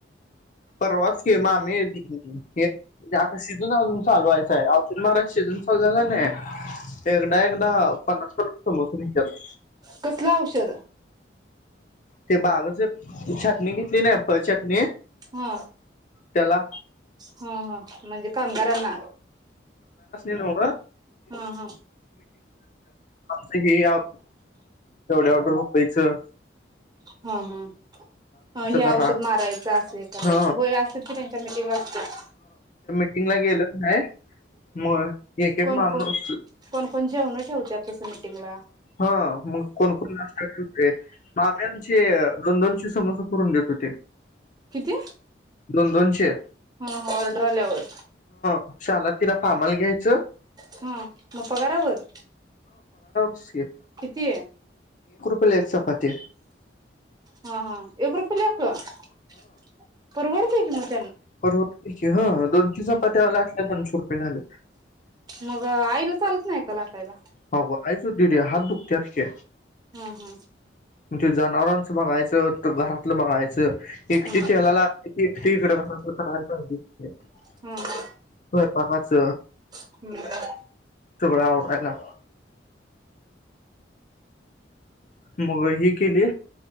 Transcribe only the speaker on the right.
कसलं औषध
हा
ह ह म्हणजे कामगारांना
हा हा
हम हम् ह हे
औषध मारायचं असं हे करायचं
होय असतेत की त्यांच्या मीटिंग असतेत.
कोणक
कोणकण जेवण ठेवत्यात तस मीटिंगला
किती
हा हा ऑर्डर आल्यावर.
हा मग पगारावर
किती?
हा हा एक रुपयला एक क परवड ठीकये मद
मग आईला चालत नाही का लाटायला?
हा हा
हा
हा हा हा
हम्म हम्